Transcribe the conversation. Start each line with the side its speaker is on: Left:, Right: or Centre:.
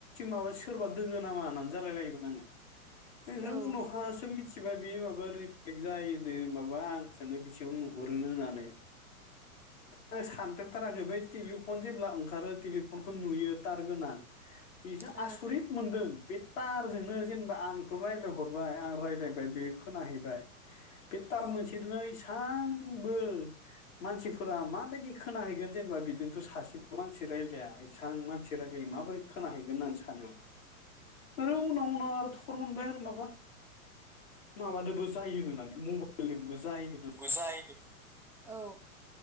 Left: सोरबा दोङो नामा होननानै जालायलायोमोन आङो
Centre: औ ओं
Left: उनावहासो‌ मिन्थि सिबाय बे माबा रिफ्लेक्ट जायोनो माबा आंखौनो बिसेयाव नुहुरोनो होननानै आं सानफेरथाराखै बै टेलिफन जेब्ला ओंखारो टेलिफनखौ नुयो तार गोनां बेजो‌
Centre: औ
Left: आसरित मोनदों। तारजोंनो जेनेबा आंथ रायलायहरबाय आं रायलायहरबाय बे खोनाहैबाय। बे तार
Centre: औ
Left: मोनसे दोनो एसां आंबो मानसिफोरा माबायदि खोनाहैगोन जेनेबा बिजोथ' सासेबो मानसि रायलाया। एसां मानसि रायलायो माबोरै खोनाहैगोन होननानै सानो। आरो ओै उनाव उनाव आरो थर मोनबाय आरो माबा माबादोबो जायोनो‌ माने मबाइलजोंबो जायो होननानै
Centre: जायो बेफोर औ